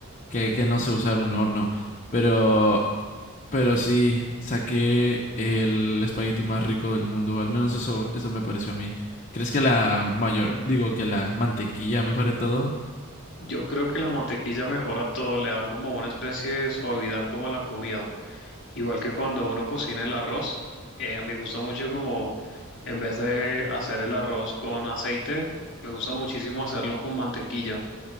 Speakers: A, on the left; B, on the left.
A: que, que no sé usar un horno, pero pero sí saqué el espagueti más rico del mundo, al menos eso eso me pareció a mí. ¿Crees que la mayor, digo que la mantequilla mejore todo?
B: Yo creo que la mantequilla mejora todo, le da como una especie de suavidad como a la comida. Igual que cuando uno cocina el arroz, eh, me gusta mucho como en vez de hacer el arroz con aceite, me gusta muchísimo hacerlo con mantequilla